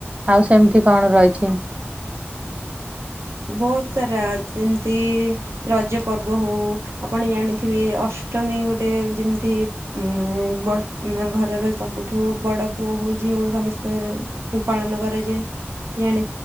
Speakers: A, on the right; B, on the right.
A: ଆଉ ସେମିତି କଣ ରହିଛି? <unintelligible>
B: ବହୁତ ସାରା ଯେମିତି ରଜ ପର୍ବ ହଉ। ଆପଣ ଜାଣିଥିବେ ଅସ୍ ଅଷ୍ଟମୀ ଗୋଟେ ଯେମିତି ଉଁ, ବଡ ଘରର ସବୁଠୁ ବଡ଼ ପୁଅ ହଉ ଯୋଉ ସମସ୍ତେ ପାଳନ କରାଯାଏ। ଜାଣି